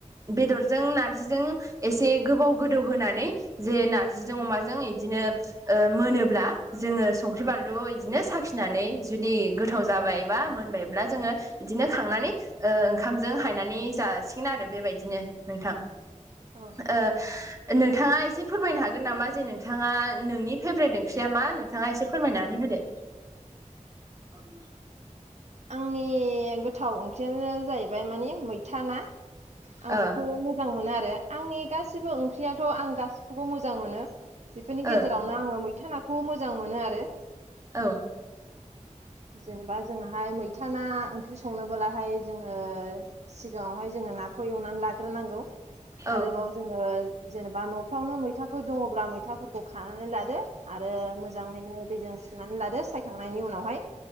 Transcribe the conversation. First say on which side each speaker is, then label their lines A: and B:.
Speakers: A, on the right; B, on the right.
A: बेदरजों नारजिजों एसे गोबाव गोदौ होनानै जे नारजिजों अमाजों इदिनो मोनोब्ला जोङो संख्रि बानलु बिदिनो साखिनानै जुदि गोथाव जाबाय बा मोनबाय अब्ला जोङो बिदिनो खांनानै ओ ओंखामजों हायनानै जासिगोन आरो बेबायदिनो नोंथां।
B: औ नोंथां
A: ओ नोंथाङा एसे फोरमायनो हागोन नामा? जे नोंथाङा नोंनि फेभ्रेट ओंख्रिया मा नोंथाङा एसे फोरमायनानै होदो। <inaudible>
B: आंनि गोथाव ओंख्रियानो जाहैबाय मानि मैथा ना। आं
A: ओ
B: बेखौ म मोजां मोनो आरो। आंनि गासिबो ओंख्रियाथ' आं गासिखौबो मोजां मोनो बेफोरनि गेजेराव
A: ओ
B: आङो मैथा नाखौबो मोजां मोनो आरो।
A: औ।
B: जेनेबा जोंहा ओमफ्राय मैथा ना ओंख्रि संनोबोलाहाय जोङो सिगाङावहाय जोङो नाखौ एवनानै लाग्रोनांगौ।
A: औ
B: आरोबाव जोङो जेनेबा न'फ्रावनो मैथाफोर दङब्ला मैथाफोरखौ खानानै लादो। आरो मोजाङैनो दैजों सुनानै लादो सायखांनायनि उनावहाय।